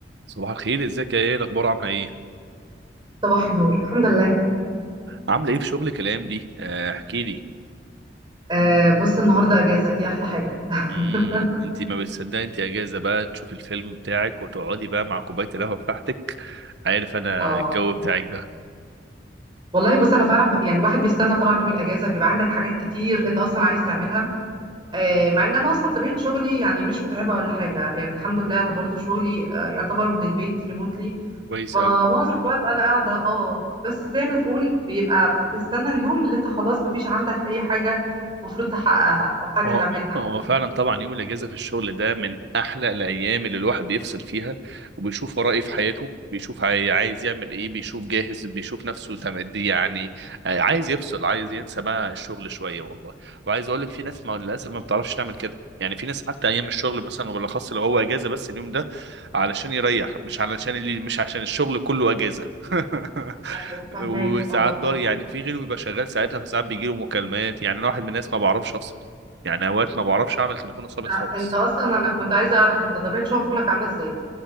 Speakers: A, on the right; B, on the right.
A: صباح الخير ازيك يا ايه الاخبار عامله ايه
B: صباح النور الحمد لله
A: عامله ايه في شغلك الايام دي آه، احكي لي
B: آه بص النهارده اجازه دي احلى حاجه
A: امم
B: <laughs>
A: انت ما بتصدقي انت اجازه بقى تشوفي الفيلم بتاعك وتقعدي بقى مع كوبايه القهوه بتاعتك عارف انا
B: اه
A: الجو بتاعك ده
B: والله بص انا فعلا ب... يعني الواحد بيستنى طبعا يوم الاجازه بيبقى عندك حاجات كتير انت اصلا عايز تعملها آه مع ان انا اصلا طبيعه شغلي يعني مش متعبه ولا حاجه يعني الحمد لله انا برضو شغلي آه يعتبر من البيت ريموتلي
A: كويس
B: فمعظم
A: قوي
B: الوقت انا قاعده اه بس زي ما تقول بيبقى بتستنى اليوم اللي انت خلاص مفيش عندك اي حاجه المفروض تحققها او حاجه
A: هو
B: تعملها
A: هو فعلا طبعا يوم الاجازه في الشغل ده من احلى الايام اللي الواحد بيفصل فيها وبيشوف وراه ايه في حياته بيشوف عاي- عايز يعمل ايه بيشوف جاهز بيشوف نفسه تمدي يعني آه، عايز يفصل عايز ينسى بقى الشغل شويه والله وعايز اقول لك في ناس ما للاسف ما بتعرفش تعمل كده يعني في ناس حتى ايام الشغل مثلا وبالاخص لو هو اجازه بس اليوم ده علشان يريح مش علشان اللي مش عشان الشغل كله اجازه <laughs>
B: ايوه فاهماك
A: وساعات
B: اه والله
A: ضار يعني في غيره بيبقى شغال ساعتها فساعات بيجيله مكالمات يعني انا واحد من الناس ما بعرفش افصل يعني اوقات ما بعرفش اعمل تليفون ثابت
B: انت
A: خالص
B: انت اصلا انا كنت عايزه اعرف انت طبيعه شغلك عامله ازاي